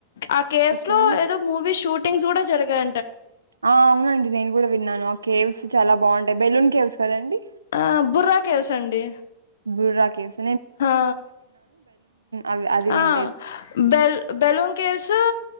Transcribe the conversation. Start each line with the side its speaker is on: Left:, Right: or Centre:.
Left: ఆ కేసు
Right: ఓకే
Left: లో ఏదో మూవీ షూట్ టింగ్స్ కూడా జరగాయ
Right: ఆ అవునండి నేను గూడా విన్నాను ఆ కేవ్స్ చాలా బాగుంటాయి బెలూన్ కేవ్స్ సరేండి
Left: ఆ బుర్రా కేవసండి
Right: బుర్రా కేవసండి
Left: ఆ
Right: అవి అది వినలేదు
Left: ఆ బెల్ బెలూన్ కేవ్స్